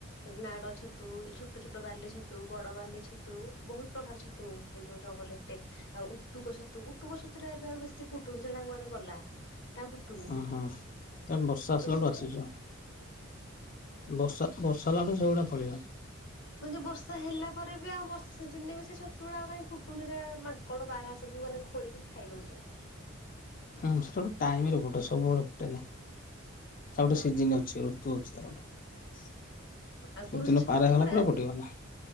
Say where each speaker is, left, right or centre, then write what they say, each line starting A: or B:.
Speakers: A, on the left; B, on the left.
A: ନାଡ ଛତୁ, ଛୋଟ ଛୋଟ ବାଲି ଛତୁ, ବଡ ବାଲି ଛତୁ, ବହୁତ ପ୍ରକାର ଛତୁ ତୁ ଯଉଁ ଜଙ୍ଗଲରେ ଫୁଟେ। ଆଉ ଉଟୁକ ଛତୁ, ଉଟୁକ ଛତୁ ଟା ଏବେ ଆଉ ବେଶୀ ଫୁଟୁନି। ସେଟା କୁଆଡେ ଗଲା। ହେଟା ଫୁଟ୍
B: ଓହଁ, ତା ବର୍ଷା ଆସିଲା
A: ଫୁଟେ
B: ବେଳୁ ଆସିଚ। ବର୍ଷା, ବର୍ଷା, ହେଲାଠୁ ସେଗୁଡା ଫଳିବ।
A: ହଁ, ଯେ ବର୍ଷା ହେଲା ପରେ ବି, ଆଉ ବର୍ଷା ସିଜିନ୍ ରେ ବି ସେ ଛତୁଗୁଡ଼ା ଆଉ କାହିଁ ଫୁଟୁନି ଯେ ଆ ମାଙ୍କ କଣ ବାରାହା ସବୁ ମାନେ ଖୋଳିକି ଖାଇ ଦଉଛନ୍ତି।
B: ହୁଁ ସେଟା ଗୁଟେ ଟାଇମ୍ ରେ ଫୁଟେ ସବୁବେଳେ ଫୁଟେନି। ତାର୍
A: ହଁ
B: ଗୋଟେ ସିଜିନ୍ ଅ ସେ ଋତୁ ଅଛି ତାର। ସେଦିନ
A: ଆଗରୁ ସେ ଛତୁଗୁଡା
B: ପାର ହେଇଗଲା ପରେ ଆଉ ଫୁଟିବନି।